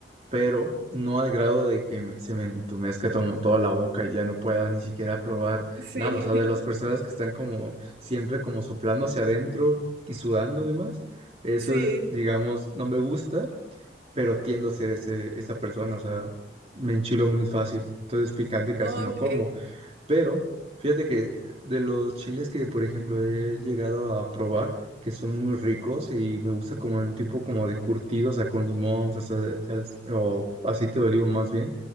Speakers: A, on the right; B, on the right.
A: pero no al grado de que me- se me entumezca como toda la boca y ya no pueda ni siquiera probar
B: sí,
A: nada. O sea,
B: <laughs>
A: de las personas que están como siempre como soplando hacia adentro y sudando demás, eso
B: sí,
A: es, digamos, no me gusta, pero tiendo a ser ese, esa persona, o sea, me enchilo muy fácil, entonces picante casi
B: ok.
A: no como. Pero fíjate que de los chiles que, por ejemplo, he llegado a probar, que son muy ricos y me gusta como un tipo como de curtido, o sea, con limón, salsa de- sals- o aceite de olivo más bien,